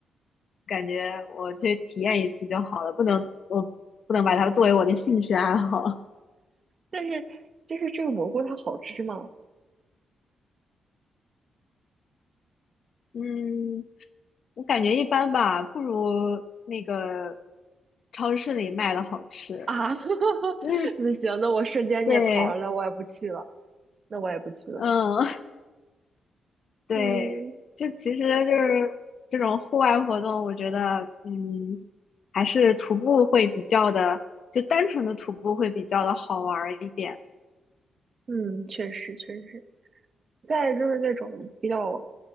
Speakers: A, on the left; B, on the right.
A: 感觉我去体验一次就好了，不能我不能把它作为我的兴趣爱好。
B: 但是就是这个蘑菇它好吃吗？
A: 嗯，我感觉一般吧，不如那个超市里卖的好吃。
B: 啊，<laughs>
A: 就是
B: 那行，那我瞬间灭槽了，
A: 对，
B: 我也不去了，那我也不去了，
A: 嗯，<laughs> 对，
B: 嗯，
A: 就其实就是这种户外活动，我觉得，嗯，还是徒步会比较的，就单纯的徒步会比较的好玩儿一点。
B: 嗯，确实确实。再就是那种比较，